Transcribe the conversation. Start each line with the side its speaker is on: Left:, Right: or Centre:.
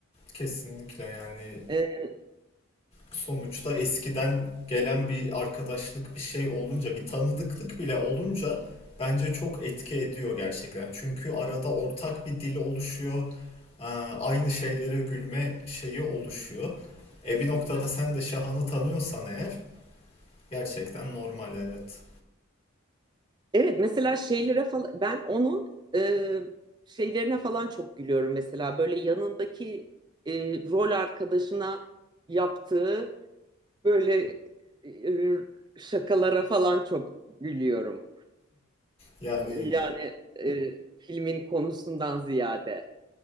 Left: Kesinlikle yani
Right: Ee,
Left: sonuçta eskiden gelen bir arkadaşlık bir şey olunca bir tanıdıklık bile olunca bence çok etki ediyor gerçekten. Çünkü arada ortak bir dil oluşuyor. Ee, Aynı şeylere gülme şeyi oluşuyor. E bir noktada sen de Şahan'ı tanıyorsan eğer gerçekten normal evet.
Right: evet mesela şeylere falan ben onun e, şeylerine falan çok gülüyorum mesela böyle yanındaki e, rol arkadaşına yaptığı böyle e, şakalara falan çok gülüyorum.
Left: Yani
Right: Yani e, filmin konusundan ziyade.